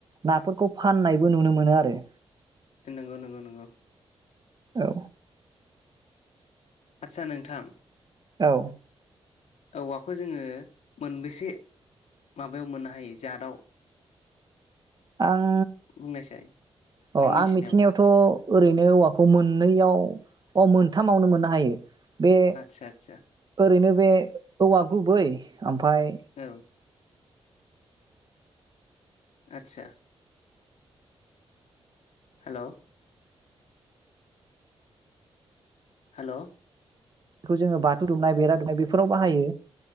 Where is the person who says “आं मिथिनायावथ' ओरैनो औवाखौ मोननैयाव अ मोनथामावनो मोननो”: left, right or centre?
Right